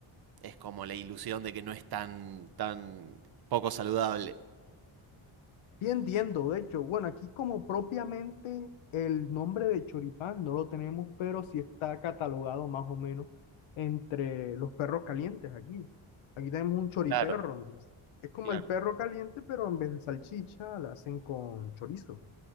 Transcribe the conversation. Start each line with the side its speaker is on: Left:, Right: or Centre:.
Right: es como la ilusión de que no es tan, tan poco saludable.
Left: Sí entiendo, de hecho, bueno, aquí como propiamente el nombre de choripán no lo tenemos, pero sí está catalogado más o menos entre los perros calientes aquí. Aquí tenemos un choriperro,
Right: Claro,
Left: entonces, es como
Right: claro.
Left: el perro caliente, pero en vez de salchicha la hacen con chorizo.